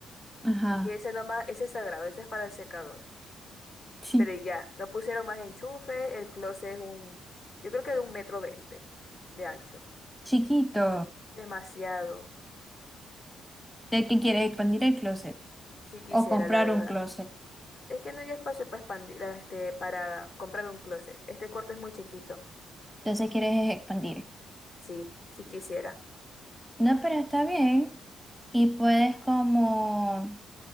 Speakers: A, in the centre; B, on the left.
A: Ajá,
B: Y ese nomás, ese es sagrado, ese es para el secador.
A: sí,
B: Pero y ya, no pusieron más enchufes, el closet es un, yo creo que de un metro veinte de ancho.
A: chiquito.
B: Demasiado,
A: De que quieres expandir el closet
B: si quisiera,
A: o comprar
B: la verdad.
A: un closet.
B: Es que no hay espacio para expandir, este, para comprar un closet. Este cuarto es muy chiquito.
A: Entonces quieres es expandir.
B: Sí, si quisiera.
A: No, pero está bien. Y puedes como